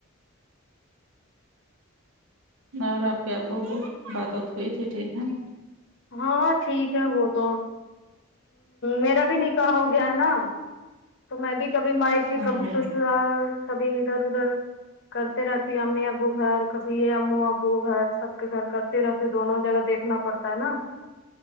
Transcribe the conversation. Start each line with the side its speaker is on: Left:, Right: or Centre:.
Right: اور اپ کے ابو ابو بات وات ہوئی تھی ٹھیک ہیں
Left: ہاں ٹھیک ہے وہ تو میرا بھی نکاح ہو گیا ہے نا تو میں بھی کبھی مائکے
Right: ہاں
Left: کبھی
Right: ہاں
Left: سسرال کبھی ادھر ادھر کرتے رہتی ہے امی ابو گھر کبھی یے امو ابو گھر سب کے گھر کر تے رہتے دونوں جگہ دیکھنا پڑتا ہے نا